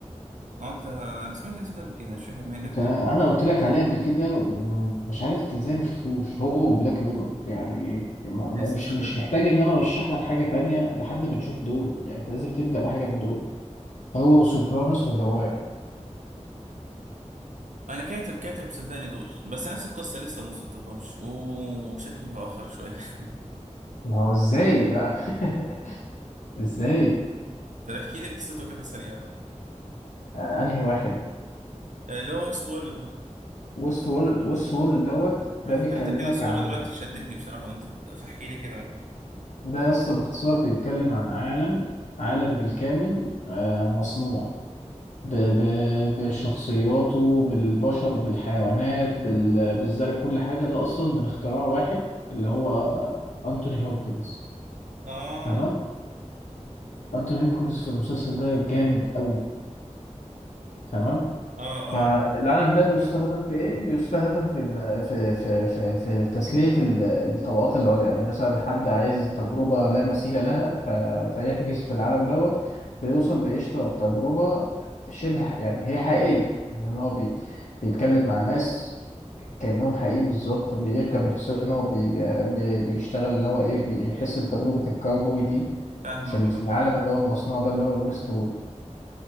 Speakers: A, on the right; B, on the left.
A: آه، انت انا سمعت الاسم ده قبل كده مش فاكر منك
B: انت
A: ولا
B: انا
A: مني.
B: قلت لك عليه قبل كده ومش عارف انت ازاي ما شفتوش هو بلاك ميرور يعني ما- ما-
A: لسه
B: مش
A: صدقني
B: مش محتاج ان انا ارشح لك حاجه تانية لحد ما تشوف دول يعني انت لازم تبدا بحاجه من دول هو وسوبرانوس وذا واير
A: انا كاتب كاتب صدقني دول بس نفس القصه لسه ما وصلتلهمش وشكلي بأخر شويه <laughs>
B: ما هو ازاي بقى <laughs> ازاي
A: طب احكي لي قصته كده سريعه
B: آه انهي واحد
A: آه، اللي هو ويست وورلد ده
B: ويست وورلد ويست وورلد دوت
A: انا
B: ده بيكلمك
A: فتحت كده الصوره
B: عن
A: دلوقتي شدتني بصراحه وانت بت- فاحكي لي كده
B: ده يس باختصار بيتكلم عن عالم عالم بالكامل آه مصنوع ب... ب... بشخصياته بالبشر بالحيوانات بال... بالزرع بكل حاجة ده أصلا من اختراع واحد اللي هو أنتوني هوبكنز
A: اه
B: تمام
A: اه
B: أنتوني هوبكنز في المسلسل ده جامد قوي تمام
A: اه
B: فالعنب
A: معاك.
B: ده بيستخدم في ايه؟ بيستخدم في الم- في في في, في تسلية ال- الطبقات العليا يعني مثلا حد عايز تجربة لا مثيل لها ف... فيحجز في العالم دوت بيوصل بقشطة تجربة شبه يعني هي حقيقية يعني هو بي... بيتكلم مع ناس كأنهم حقيقيين بالظبط وبيركب حصانه وبي... بي... بيشتغل اللي هو ايه بيحس بتجربة الكاوبوي دي
A: فاهمك
B: في ال-
A: اه
B: في العالم اللي هو المصنوع ده اللي هو الويست وورلد